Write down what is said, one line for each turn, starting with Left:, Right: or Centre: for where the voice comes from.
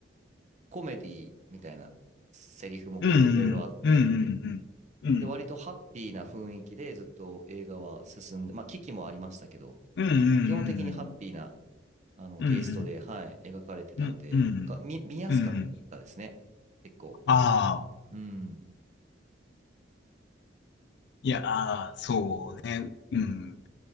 Right: コメディみたいなセリフも結構いろいろあって、
Left: うんうん、うんうん、うん、
Right: で、割とハッピーな雰囲気でずっと映画は進んで、まあ、危機もありましたけど、
Left: うん、うん、
Right: 基本的にハッピーなあの、
Left: うん、
Right: テイストで、
Left: うん、
Right: はい、描かれてたんで、
Left: うん、うん、
Right: か、見、見やすかったですね。
Left: うん、うん、
Right: 結構。
Left: ああ、
Right: うん。
Left: いや、ああ、そうね、うん、